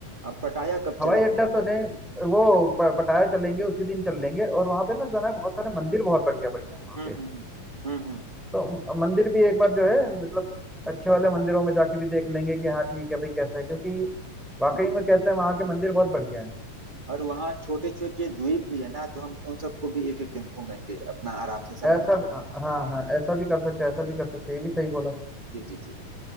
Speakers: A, on the right; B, in the centre.
A: अब पटाया कब
B: हवाई
A: चलेंगे
B: अड्डा तो नहीं वो प- पटाया चलेंगे उसी दिन चल लेंगे और वहां पे ना जो है ना बहुत सारे मंदिर बहुत बढ़िया बढ़िया है वहाँ
A: हम्म
B: पे
A: हम्म हम्म हम्म
B: तो मंदिर भी एक बार जो है मतलब अच्छे वाले मंदिरों में जाके भी देख लेंगे कि हाँ ठीक है भाई कैसा है क्योंकि वाकई
A: जी,
B: में
A: जी।
B: कहते हैं वहाँ के मंदिर बहुत बढ़िया है
A: और वहाँ छोटे छोटे द्वीप भी है ना तो हम उन सबको भी एक एक दिन घूमेंगे अपना आराम से समय
B: ऐसा
A: निकाल
B: भी- हाँ हाँ हाँ, ऐसा भी कर सकते हैं ऐसा भी कर सकते हैं ये भी सही बोला
A: जी जी जी